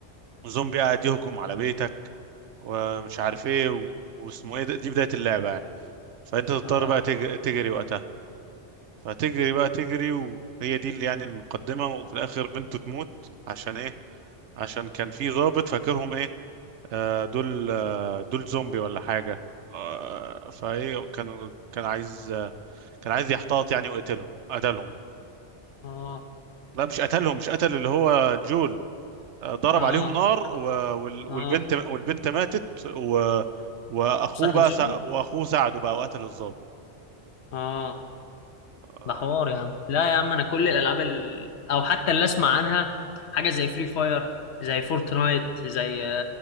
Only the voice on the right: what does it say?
زومبي قاعد يهجم على بيتك ومش عارف ايه و... واسمه ايه ده- دي بدايه اللعبه يعني فانت تضطر
بقى تج... تجري وقتها فتجري بقى تجري وهي دي اللي يعني المقدمه وفي الاخر بنته تموت عشان ايه عشان كان في ضابط فاكرهم ايه آه دول آه دول زومبي ولا حاجه آه فايه كان كان عايز آه، كان عايز يحتاط يعني ويقتلهم قتلهم
لا مش قتلهم مش قتل اللي هو جول ضرب
عليهم نار و- وال- والبنت
والبنت ماتت و... واخوه
بقى
سع... واخوه ساعده بقى وقتل الضابط
آه.